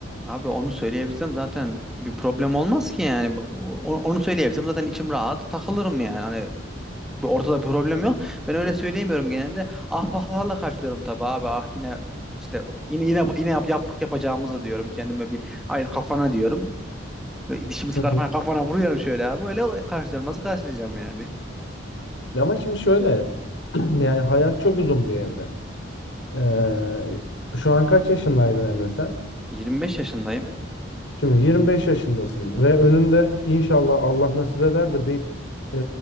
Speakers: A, in the centre; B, on the left.
A: Abi onu söyleyebilsem zaten bir problem olmaz ki yani. O- Onu söyleyebilsem zaten içim rahat takılırım yani. bir- ortada bir problem yok. Ben öyle söyleyemiyorum genelde. Ahbaplarla karşılıyorum tabii abi. Ah yine işte yine yine yine yap, yaptık yapacağımızı diyorum kendime bir ay kafana diyorum. Ve dişimi sıkarak
B: Hı hı.
A: hani kafana vuruyorum şöyle abi. Öyle karşılıyorum. Nasıl karşılayacağım yani?
B: Ama şimdi şöyle <clears throat> yani hayat çok uzun bir evre. Ee, şu an kaç yaşındaydın Emre sen?
A: <laughs> 25 yaşındayım.
B: Şimdi 25 yaşındasın ve önünde inşallah Allah nasip eder de bir e,